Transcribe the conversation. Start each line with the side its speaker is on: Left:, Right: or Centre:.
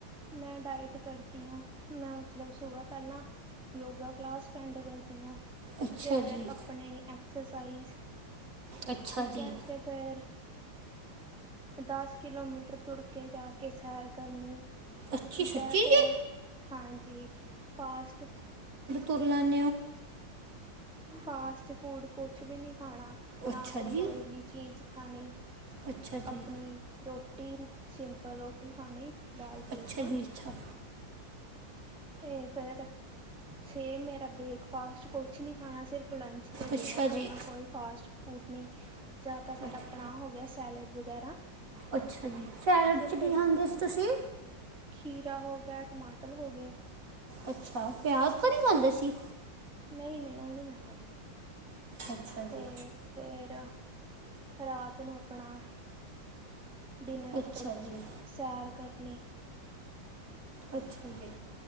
Centre: ਮੈਂ ਡਾਇਟ ਕਰਦੀ ਹਾਂ ਮੈਂ ਮਤਲਬ ਸੁਬਹ ਪਹਿਲਾਂ ਯੋਗਾ ਕਲਾਸ ਅਟੈਂਡ ਕਰਦੀ ਹਾਂ
Right: ਅੱਛਾ
Centre: ਫੇਰ
Right: ਜੀ
Centre: ਆਪਣੀ ਐਕਸਰਸਾਈਜ਼
Right: ਅੱਛਾ
Centre: ਠੀਕ
Right: ਜੀ
Centre: ਹੈ ਤੇ ਫੇਰ ਦਸ ਕਿਲੋਮੀਟਰ ਤੁਰ ਕੇ ਜਾ ਕੇ ਸੈਰ ਕਰਨੀ
Right: ਅੱਛੀ
Centre: ਠੀਕ
Right: ਸੱਚੀ
Centre: ਹੈ ਫੇਿਰ
Right: ਜੀ
Centre: ਹਾਂਜੀ ਫਾਸਟ
Right: ਤੁਲਨ
Centre: ਫਾਸਟ ਫੂਡ ਕੁਛ ਵੀ ਨਹੀਂੀ ਖਾਣਾ
Right: ਅੱਛਾ
Centre: ਨਾ ਕੋਈ
Right: ਜੀ
Centre: ਓਇਲੀ ਚੀਜ਼ ਖਾਣੀ
Right: ਅੱਛਾ ਜੀ
Centre: ਆਪਣੀ ਰੋਟੀ ਸਿੰਪ ਪਰ ਰੋਟੀ ਖਾਣੀ ਦਾਾਲ ਫੁਲਕਾ
Right: ਅੱਛਾ ਜੀ ਅੱਛਾ
Centre: ਤੇ ਫੇਰ ਛੇ ਮੇਰਾ ਬ੍ਰੇਕਫਾਸਟ ਕੁਛ ਨਹੀਂ ਖਾਣਾ ਸਿਰਫ ਲੰਚ ਅਤੇ ਡਿਨਰ
Right: ਅੱਛਾ ਜੀ
Centre: ਕਰਨਾ ਕੋਈ ਫਾਸਟ ਫੂਡ ਨਹੀਂ ਜਾਂ ਤਾਂ ਫਿਰ
Right: ਅੱਛਾ-
Centre: ਆਪਣਾ ਹੋ ਗਿਆ ਸੈਲਡ ਵਗੈਰਾ
Right: ਅੱਛਾ ਜੀ ਸੈਲਡ
Centre: ਸਿਰਫ
Right: ਚ ਕੀ
Centre: ਇਹੀ
Right: ਖਾਂਦੇ ਸੀ ਤੁਸੀਂ
Centre: ਖੀਰਾ ਹੋ ਗਿਆ ਟਮਾਟਰ ਹੋ ਗਏ
Right: ਅੱਛਾ, ਪਿਆਜ ਤਾਂ ਨਹੀਂ ਖਾਂਦੇ ਸੀ।
Centre: ਨਹੀਂ ਨਹੀਂ ਉਹ ਨੀ ਮੈਂ ਖਾਧੀ
Right: ਅੱਛਾ ਜੀ
Centre: ਤੇ ਫੇਰ ਰਾਤ ਨੂੰ ਆਪਣਾ ਡਿਨਰ
Right: ਅੱਛਾ
Centre: ਕਰੋ
Right: ਜੀ
Centre: ਸੈਰ ਕਰ ਨਹੀਂ
Right: ਅੱਛਾ ਜੀ